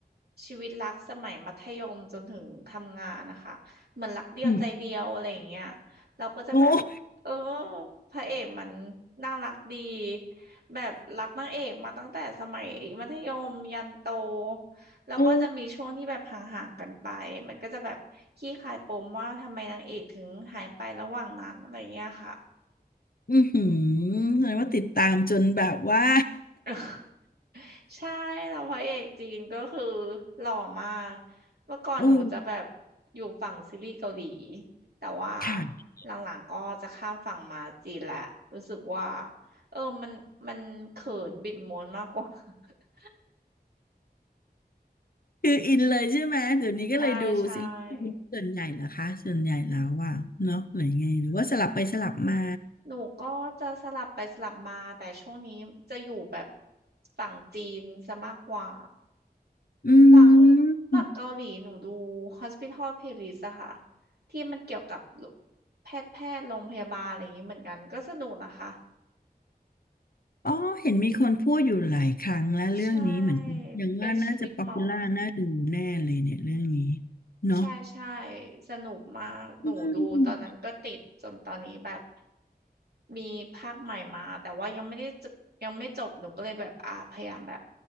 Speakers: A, on the right; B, on the left.
A: ชีวิตรักสมัยมัธยมจนถึงทำงานนะคะเหมือนรักเดียวใจเดียวอะไรอย่างเงี้ย
B: อืม
A: เราก็จะแบบเออ
B: โอ้
A: พระเอกมันน่ารักดีแบบรักนางเอกมาตั้งแต่สมัยมัธยมยันโตแล้วก็จะมีช่วงที่แบบห่างๆกันไปมันก็จะแบบขี้คายปมว่าทำไมนางเอกถึงหายไประหว่างนั้นอะไรอย่างเงี้ยค่ะ
B: โอ้อือหือแสดงว่าติดตามจนแบบว่า
A: <laughs> ใช่แล้วพระเอกจีนก็คือหล่อมากเมื่อก่อนหนูจะแบบ
B: <laughs> อู้
A: อยู่ฝั่งซีรีส์เกาหลีแต่ว่า
B: ค่ะ
A: หลังๆก็จะข้ามฝั่งมาจีนแหละรู้สึกว่าเออมันมันเขินบิดม้วนมากกว่า <laughs>
B: คืออินเลยใช่ไหม เดี๋ยวนี้ก็เลยดูซีรีส์ส่วนใหญ่เหรอคะส่วนใหญ่แล้วอ่ะเนาะหรือไงหรือว่าสลับไปสลับมา
A: ใช่ใช่หนูก็จะสลับไปสลับมาแต่ช่วงนี้จะอยู่แบบฝั่งจีนซะมากกว่า
B: อื
A: ฝั่งฝั่งเกาหลีหนูดู
B: ม
A: Hospital Playlist อะค่ะที่มันเกี่ยวกับแพทย์แพทย์โรงพยาบาลอะไรอย่างนี้เหมือนกันก็สนุกนะคะ
B: อ๋อเห็นมีคนพูดอยู่หลายครั้งแล้วเรื่องนี้เหมือนกันยังว่าน่าจะป๊อปปูล่าน่าดูแน่เลยเนี่ยเรื่องนี้
A: ใช่เป็นชีวิตหมอ
B: เนาะ
A: ใช่ใช่สนุกมากหนูดูตอนนั้นก็ติดจนตอนนี้แบบ
B: อืม <laughs>
A: มีภาคใหม่มาแต่ว่ายังไม่ได้จยังไม่จบหนูก็เลยแบบอ่าพยายามแบบ